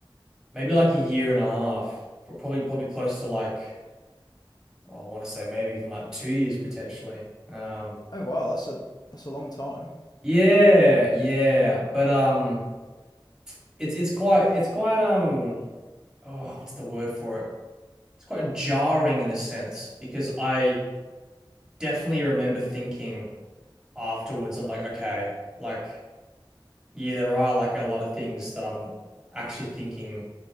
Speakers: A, in the centre; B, on the left.
A: maybe like a year and a half, Pro- probably probably close to like well, I want to say maybe even like two years potentially. Um,
B: Oh wow, that's a that's a long time.
A: yeah, yeah, but um, it's it's quite it's quite um oh what's the word for it? It's quite jarring in a sense because I definitely remember thinking. afterwards, I'm like, okay, like yeah, there are like a lot of things that I'm actually thinking,